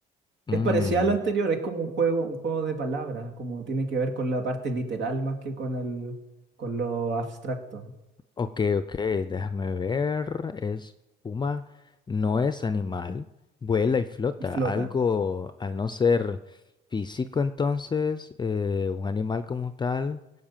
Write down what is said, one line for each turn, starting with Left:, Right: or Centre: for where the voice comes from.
Left: Mm,
Right: Es parecida al anterior, es como un juego, un juego de palabras, como tiene que ver con la parte literal más que con el, con lo abstracto.
Left: ok, ok, déjame ver. Es puma, no es animal, vuela y flota.
Right: Y flota.
Left: Algo, al no ser físico, entonces, eh, un animal como tal.